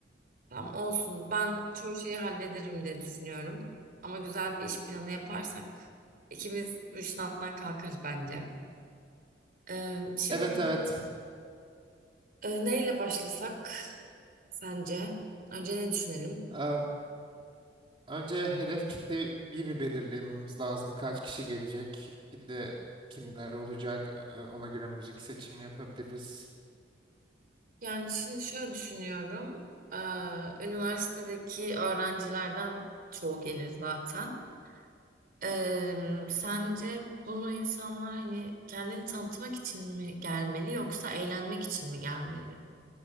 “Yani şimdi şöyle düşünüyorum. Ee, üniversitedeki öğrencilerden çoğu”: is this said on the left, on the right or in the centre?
Right